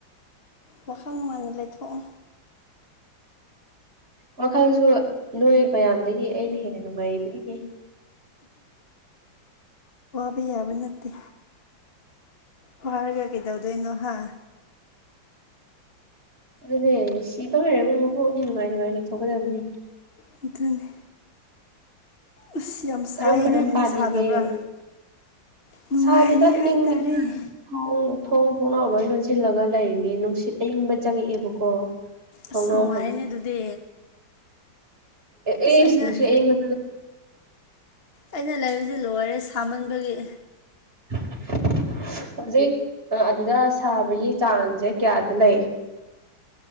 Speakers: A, on the left; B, on the right.
A: ꯋꯥꯈꯜ ꯅꯨꯡꯉꯥꯏꯅ ꯂꯩꯊꯣꯛꯑꯣ
B: ꯋꯥꯈꯜꯁꯨ ꯅꯣꯏ ꯃꯌꯥꯝꯗꯒꯤ ꯑꯩꯅ ꯍꯦꯟꯅ ꯅꯨꯡꯉꯥꯏꯔꯤꯕꯅꯤꯅꯦ
A: ꯄ ꯌꯥꯕ ꯅꯠꯇꯦ ꯍꯔꯒꯀꯗꯗꯣꯏꯩꯅꯣ ꯍꯥ
B: ꯑꯗꯨꯅꯦ ꯁꯤꯗ ꯂꯩꯔꯕ ꯃꯄꯣꯛꯅꯤ ꯅꯨꯡꯉꯥꯏ ꯅꯨꯡꯉꯥꯏ ꯂꯩꯊꯣꯛꯀꯗꯕꯅꯤ
A: ꯑꯗꯨꯇꯅꯤ ꯑꯁ ꯌꯥꯝ
B: ꯀꯔꯝ
A: ꯁꯥꯏꯌꯦ
B: ꯀꯔꯝ
A: ꯅꯣꯏꯗꯗꯤ
B: ꯄꯥꯜꯂꯤꯒꯦ
A: ꯁꯥꯗꯕ꯭ꯔꯥ ꯅꯨꯡꯉꯥꯏꯔꯤ
B: ꯁꯥꯗꯦꯗ
A: ꯍꯥꯏꯇꯥꯔꯦ
B: ꯏ ꯍ ꯊꯣꯡ ꯊꯣꯡꯅꯥꯎ ꯂꯣꯏ ꯂꯣꯟꯁꯤꯜꯂꯒ ꯂꯩꯔꯤꯅꯤ ꯅꯨꯡꯁꯤꯠ ꯑꯏꯤꯡꯕ ꯆꯪꯉꯛꯑꯦꯕꯀꯣ ꯊꯣꯡꯅꯥꯎ
A: ꯑꯁ ꯅꯨꯡꯉꯥꯏꯅꯦ ꯑꯗꯨꯗꯤ
B: ꯑꯦꯁ
A: ꯑꯁ ꯑꯩꯅ
B: ꯃꯤꯁꯤ ꯌꯦꯡꯒ
A: ꯑꯩꯅ ꯂꯩꯕꯁꯤ ꯂꯣꯏꯔꯦ ꯁꯥꯃꯟꯕꯒꯤ
B: <unintelligible> ꯍꯧꯖꯤꯛ ꯑꯗꯨꯗ ꯁꯥꯕꯒꯤ ꯆꯥꯡꯁꯦ ꯀꯌꯥꯗ ꯂꯩ